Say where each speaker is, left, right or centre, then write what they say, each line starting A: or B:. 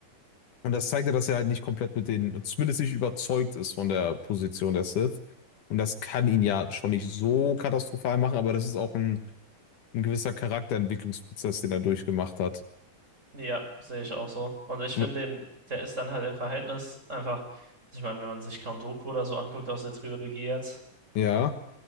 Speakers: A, on the left; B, on the right.
A: Und das zeigt ja, dass er halt nicht komplett mit den, zumindest nicht überzeugt ist von der Position der Sith. Und das kann ihn ja schon nicht so katastrophal machen, aber das ist auch ein, ein gewisser Charakterentwicklungsprozess, den er durchgemacht hat.
B: ja, sehe ich auch so. Und ich
A: W-
B: finde den, der ist dann halt im Verhältnis einfach, ich meine, wenn man sich Count Dooku oder so anguckt aus der Trilogie jetzt,
A: Ja,